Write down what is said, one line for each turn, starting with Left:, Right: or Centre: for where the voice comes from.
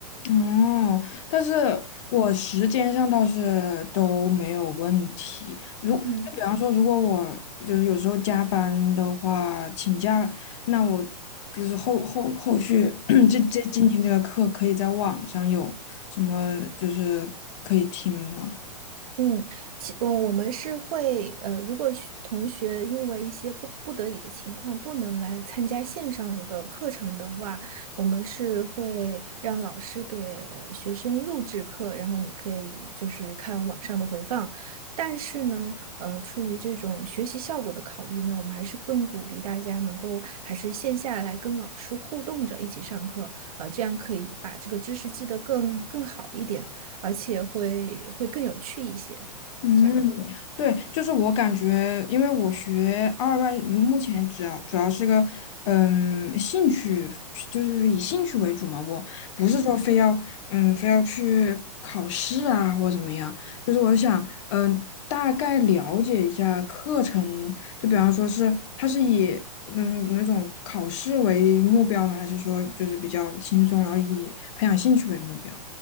Left: 哦，但是我时间上倒是都没有问题。如就比方说，
Right: 嗯。
Left: 如果我就是有时候加班的话，请假，那我就是后后后续 <clears throat> 这这今天这个课可以在网上有什么就是可以听吗？
Right: 嗯，其嗯，我们是会呃，如果学同学因为一些迫不得已的情况不能来参加线上的课程的话，我们是会让老师给学生录制课，然后你可以就是看网上的回放。但是呢，呃，出于这种学习效果的考虑呢，我们还是更鼓励大家能够还是线下来跟老师互动着一起上课，呃，这样可以把这个知识记得更更好一点。而且会会更有趣一些，
Left: 嗯，
Right: 这样的。
Left: 对，就是我感觉，因为我学二外，目前主要主要是个嗯兴趣，就是以兴趣为主嘛。我不是说非要嗯非要去考试啊或怎么样，
Right: 嗯
Left: 就是我想嗯大概了解一下课程，就比方说是它是以嗯那种考试为目标呢，还是说就是比较轻松，然后以培养兴趣为目标？